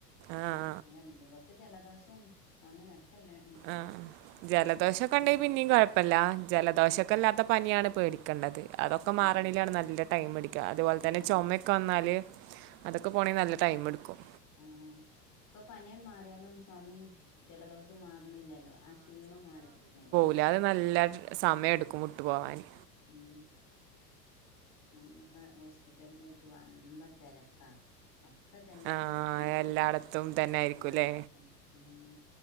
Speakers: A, on the right; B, on the left.
A: ആഹ്
B: <unintelligible> ഇങ്ങക്ക് ജലദോഷം ചൊമിം ഒക്കെല്ലെ
A: ആഹ് ആഹ് ജലദോഷൊക്കെ ഇണ്ടെങ്കി
B: മാത്രണ്ടോ
A: പിന്നിം കൊയപ്പല്ല ജലദോഷൊക്കെല്ലാത്ത
B: ഉം
A: പനിയാണ് പേടിക്കെണ്ടത് അതൊക്കെ മാറണങ്കിലാണ്
B: ആഹ്
A: നല്ല ടൈം പിടി ക്ക അതുപോലെ
B: ആഹ്
A: തന്നെ ചൊമെ ഒക്കെ വന്നാല് അതൊക്കെ പോണെങ്കിൽ നല്ല ടൈം ഇട്ക്കും
B: ആഹ് ഇപ്പൊ പനിയാണ് മാറിയാലും ചൊ ചൊമിം ജലദോഷോം മാറ്ണില്ലല്ലോ. ആ ക്ഷീണും മാറിക്കിട്ട്ണില്ല
A: ഇല്ല അത് നല്ലയ്ട്ട് സമയം എടുക്കും വിട്ട് പോവാന്
B: ഉം മുന്നെ പ്പഹോസ്പിറ്റൽലൊട്ട് വമ്പ തെരക്കാ ഒ ഒക്കെ ഇതെന്നെ.
A: ആഹ്
B: ചെറിയ മക്കള്
A: എല്ലായിടത്തും തന്നെ
B: പനിം
A: ആയിരിക്കുംല്ലേ
B: തൊക്കെ ആയ്ട്ട് ഉം